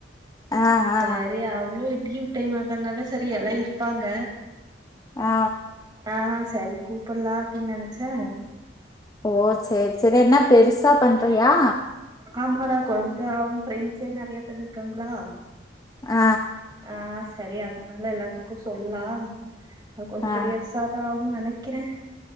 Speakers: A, on the left (about 20°); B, on the right (about 25°).
A: ஆ
B: சேரி
A: ஆ
B: அவ்லு லீவ் டைம் ஆகறனால சேரி எல்லா இருப்பாங்க
A: ஆ
B: ஆ சேரி கூப்டலா அப்டினு நெனைச்சே
A: ஓ சேரி சேரி என்ன பெருசா பண்றியா
B: ஆமாடா கொஞ்சோ அவுங்க ஃப்ரெண்ட்ஸே நெறைய பேரு இருக்காங்களா
A: ஆ
B: ஆ சேரி அதுனால எல்லாத்துக்கு சொல்லுலா அது கொஞ்சோ
A: ஆ
B: பெரியசா தாவு நெனைக்கிறே